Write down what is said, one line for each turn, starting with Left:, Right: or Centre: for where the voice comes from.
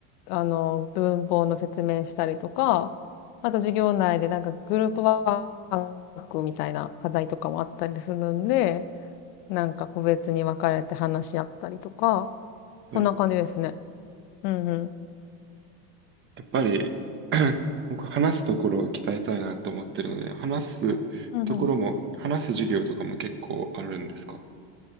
Left: あの、文法の説明したりとか、あと授業内でなんかグループワークみたいな課題とかもあったりするんで、なんか個別に分かれて話し合ったりとか、
Right: はい。
Left: そんな感じですね。うんうん。
Right: やっぱり <clears throat> 僕話すところを鍛えたいなと思ってるので、話すところも、
Left: うんうん。
Right: 話す授業とかも結構あるんですか